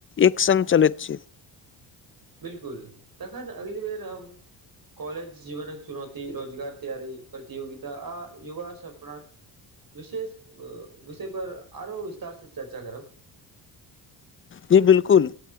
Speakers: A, on the left (about 25°); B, on the right (about 45°).
A: एक संघ चलैत छै
B: बिलकुल तखन अगली बेर हम कॉलज जीवन चुनौती रोजगार तैयरी प्रतियोगित आ युवा सपनाक विशेष विषय पर आरो विस्तार से चर्चा करब
A: जी बिलकुल